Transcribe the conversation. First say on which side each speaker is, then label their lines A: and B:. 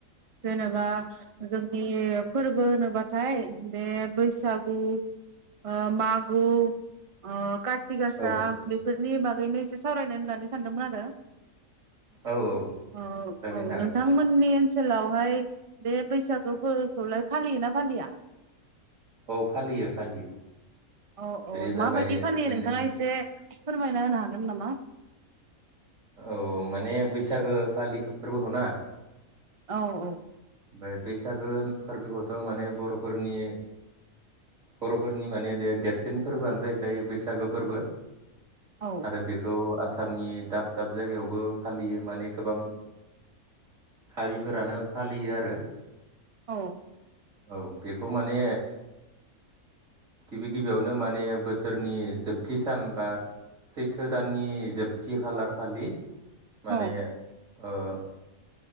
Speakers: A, on the right (about 40°); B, on the right (about 60°).
A: जेनेबा जोंनि फोरबो होनोब्लाथाय बे बैसागु ओ मागु ओ कार्थि तिक गासा
B: औ
A: बेफोर नि बागैनो एसे सावरायनाय होननानै सानदोंमोन आरो
B: औ औ
A: अ
B: रायलायनो
A: औ
B: हागोन
A: नोंथांमोननि
B: दे
A: ओनसो ओनसोलावहाय बे बैसागो फोरबोखौलाय फालियोना फालिया
B: औ फालियो फालियो
A: औ औ
B: बे जाबाय
A: माबायदि फालियो
B: जोंनि
A: नोंथाङा एसे फोरमायना होनो हागोन नामा
B: औ माने बैसागो फालि फोरबोखौ ना
A: औ औ
B: ओमफ्राय बैसागो फोरबोखौथ' माने बर'फोरनि बर'फोरनि माने देरसिन फोरबोआनो जाहैबाय बैसागो फोरबो
A: औ
B: आरो बेखौ आसाम आसामनि दाब दाब जायगायावबो फालियो माने गोबां हारिफोरानो फालियो आरो
A: औ
B: औ बेखौ माने गिबि गिबियावनो माने बोसोरनि जोबथि सान बा सैथो दाननि जोबथि खालार खालि माने
A: औ
B: ओ